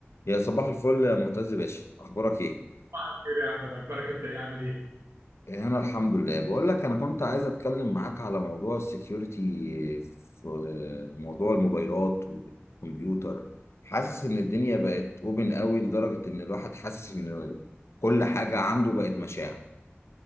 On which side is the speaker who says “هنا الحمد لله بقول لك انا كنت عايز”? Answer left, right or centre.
Left